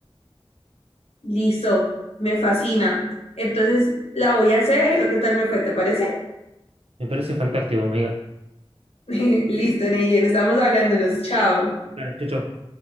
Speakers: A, on the left; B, on the right.
A: Listo, me fascina. Entonces, la voy a hacer. ¿Qué tal me fue? ¿Te parece?
B: Me parece fantástico, amiga.
A: <laughs> Listo, Neyen, estamos hablándonos. Chao.
B: Dale, chau, chau.